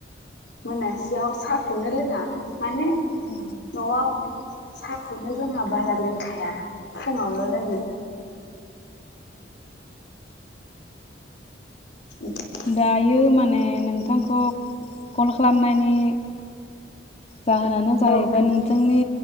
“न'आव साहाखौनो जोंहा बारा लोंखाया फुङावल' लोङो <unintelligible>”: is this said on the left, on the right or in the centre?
Left